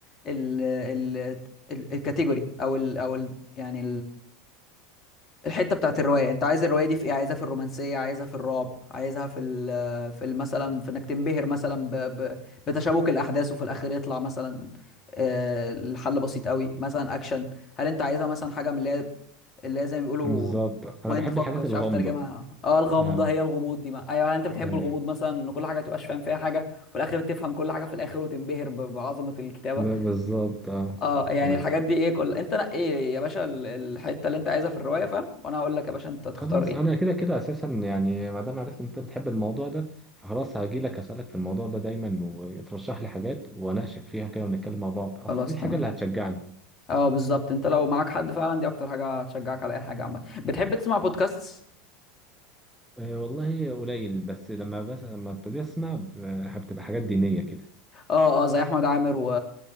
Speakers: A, on the left; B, in the centre.
A: ال ال ال- الكاتيجوري او ال او ال يعني الحته بتاعت الروايه انت عايز الروايه دي في ايه عايزها في الرومانسيه عايزها في الرعب عايزها في ال في ال- مثلا في انك تنبهر مثلا ب ب بتشابك الاحداث وفي الاخر يطلع مثلا آه، الحل بسيط قوي مثلا اكشن هل انت عايزها مثلا حاجه من اللي هي اللي هي زي ما بيقولوا
B: بالظبط
A: مايند
B: انا بحب
A: فك
B: الحاجات
A: مش
B: الغامضه
A: عارف اترجمها اه الغمضه
B: اه
A: هي الغموض دي ما ايوه هل انت بتحب
B: ايوه
A: الغموض مثلا ان كل حاجه ما تبقاش فاهم فيها حاجه وفي الاخر تفهم كل حاجه في الاخر وتنبهر ب- بعظمه الكتابه
B: ب- بالظبط اه
A: اه يعني
B: ايوه
A: الحاجات دي ايه كل انت نقي ايه يا باشا ال- الحته اللي انت عايزها في الروايه فاهم وانا هقول لك يا باشا انت تختار
B: خلاص
A: ايه
B: انا كده كده اساسا يعني ما دام عرفت ان انت بتحب الموضوع ده فخلاص هاجي لك اسالك في الموضوع ده دايما وترشح لي حاجات واناقشك فيها كده ونتكلم مع بعض اصل
A: خلاص
B: دي الحاجه
A: تمام
B: اللي هتشجعني
A: اه بالظبط انت لو معاك حد فعلا دي اكتر حاجه هتشجعك على اي حاجه عامه بتحب تسمع بودكاست
B: أه والله قليل بس لما بس لما ابتدي اسمع ب- بتبقى حاجات دينيه كده
A: اه اه زي احمد عامر و...